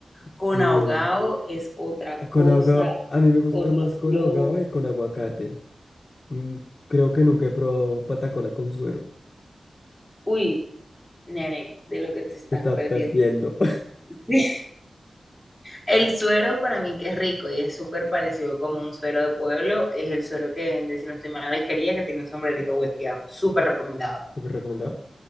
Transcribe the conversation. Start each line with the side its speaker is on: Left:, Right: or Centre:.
Centre: Con
Left: sí.
Centre: ahogado es otra
Left: Ah,
Centre: cosa,
Left: Con ahogado, a mí me gusta
Centre: otro
Left: más con
Centre: flow.
Left: ahogado y con aguacate. Mm, Creo que nunca he probado patacona con suero.
Centre: Uy, nene, de lo que te estás
Left: Te está
Centre: perdiendo.
Left: perdiendo.
Centre: <laughs> El suero para mí que es rico y es súper parecido como un suero de pueblo, es el suero que vende, si no estoy mal, la alquería que tiene un sombrerito volteado. Súper recomendado.
Left: <laughs> ¿Súper recomendado?